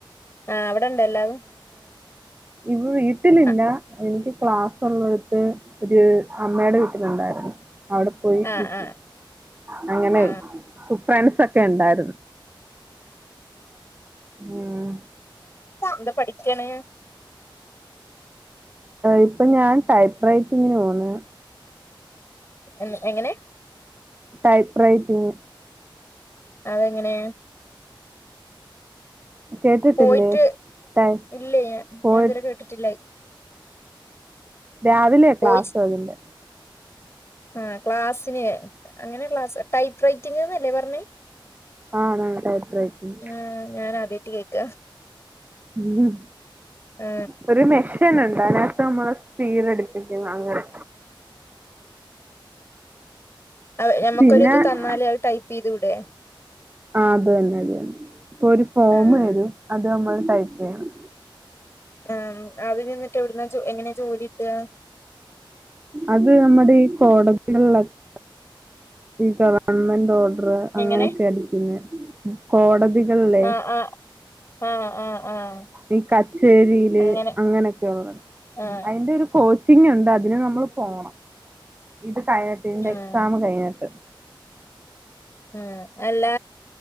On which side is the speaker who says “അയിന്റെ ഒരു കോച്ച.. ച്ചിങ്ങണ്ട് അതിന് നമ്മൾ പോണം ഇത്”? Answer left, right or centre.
Right